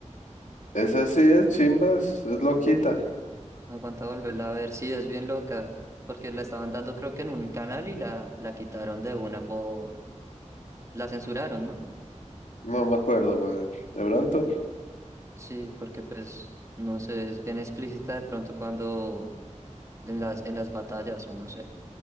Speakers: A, on the left; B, on the right.
A: Esa sí es chimbas, es loquita.
B: Aguanta volverla a ver, sí, es bien loca, porque la estaban dando creo que en un canal y la, la quitaron de una por... la censuraron, ¿no?
A: No me acuerdo, güey. De pronto.
B: Sí, porque pues, no sé, es bien explícita de pronto cuando en las, en las batallas o no sé.